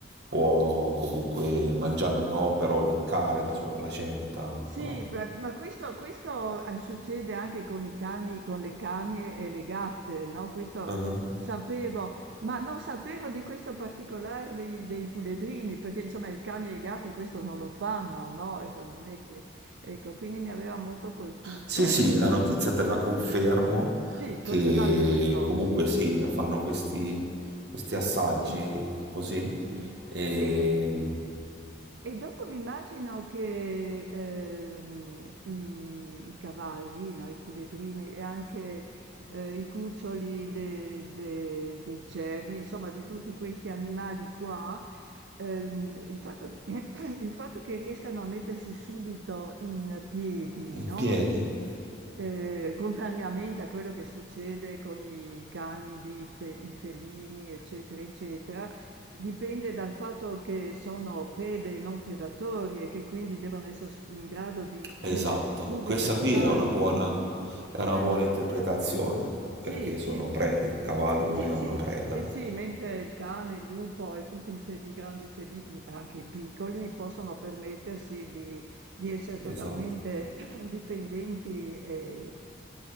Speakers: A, on the right (about 70°); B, on the right (about 80°).
A: può comunque mangiare no, però leccare la sua placenta,
B: Sì,
A: no?
B: beh, ma questo, questo, eh, succede anche con i cani, con le cagne e le gatte, no? Questo
A: Ah-ah.
B: lo sapevo, ma non sapevo di questo particolare dei, dei puledrini, perché insomma i cani e i gatti questo non lo fanno, no? Ecco, non è che, ecco, quindi mi aveva molto colpito.
A: Sì, sì,
B: e-
A: la notizia te la confermo
B: Sì, proprio
A: che
B: dal vivo,
A: comunque
B: sì.
A: sì, fanno questi, questi assaggi
B: Sì, sì,
A: così
B: sì, sì.
A: e
B: E, e- E dopo mi immagino che ehm, i, i cavalli, no, i puledrini e anche eh, i cuccioli de- de- dei cervi, insomma di tutti questi animali qua, ehm, il fatto che, <coughs> <clears throat> il fatto che riescano a mettersi subito in piedi,
A: in
B: no?
A: piedi.
B: Ehm, eh, contrariamente a quello che succede con i cani, di fe- i felini, eccetera, eccetera, Dipende dal fatto che sono prede e non predatori e che quindi devono essere s in grado di
A: Esatto,
B: mettersi subito
A: questa
B: in
A: qui
B: salvo,
A: è una buona,
B: no,
A: è una
B: eh.
A: buona interpretazione
B: Sì,
A: perché
B: sì.
A: sono prede, il cavallo
B: Sì,
A: è
B: sì,
A: una preda.
B: sì, sì, mentre il cane, il lupo e tutti i feli i grandi felini, anche i piccoli, possono permettersi di di essere totalmente
A: Esatto,
B: <clears throat> dipendenti e